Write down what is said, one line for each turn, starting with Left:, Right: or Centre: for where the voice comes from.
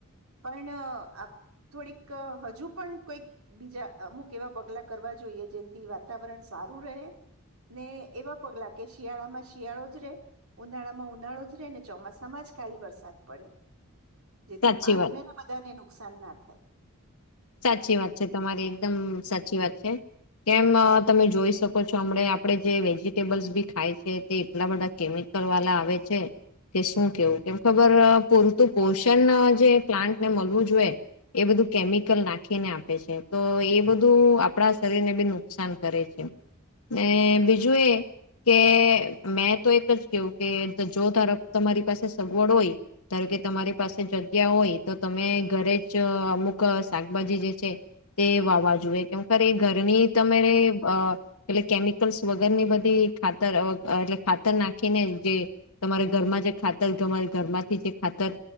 Right: પણ આ થોડીક હજુ પણ કોઈક બીજા અમુક એવા પગલા કરવા જોઈએ જેથી વાતાવરણ સારું રહે ને એવા પગલા કે શિયાળામાં શિયાળો જ રે ઉનાળામાં ઉનાળો જ ચોમાસામાં જ ખાલી વરસાદ પડે જેથી
Left: સાચી
Right: પાકને
Left: વાત
Right: ને બધાને એ નુકસાન ના થાય
Left: સાચી વાત છે તમારી એકદમ સાચી વાત છે. કેમ તમે જોઈ શકો છો હમણા આપડે જે વેજીિટેબલ્સ બી ખાય છે તે એટલા બધા કેમિકલ વાળા આવે છે કે શું કેવું કેમ ખબર પૂરતું પોષન જે પ્લાન્ટને મળવું જોઈએ એ બધું કેમ નાખીને આપે છે તો એ બધું આપણા શરીર ને બન નુકસાન કરે છે અનેને બીજું એ કે મેં તો એક જ કેવું કે જો તાર તમારી પાસે સગવડ હોય ધાર કે તમારી પાસે જગ્યા હોય તો તમે ઘરે જ અમુક શાકભાજી જે છે તે વાવા જોએ કેમક એ ઘરની તમારે એટલે કેમિકલ્સ વગર ની બધી ખાતર એટલે ખાતર નાખીને જે તમારે ઘરમાં જે ખાતરરે ઘરમાંથી જે ખાતર